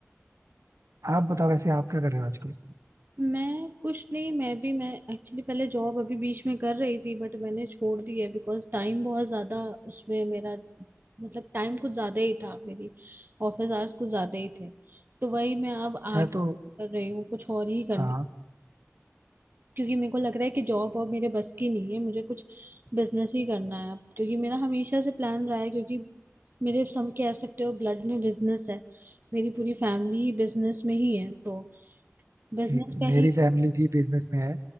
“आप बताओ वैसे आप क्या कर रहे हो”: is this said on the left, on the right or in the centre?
Right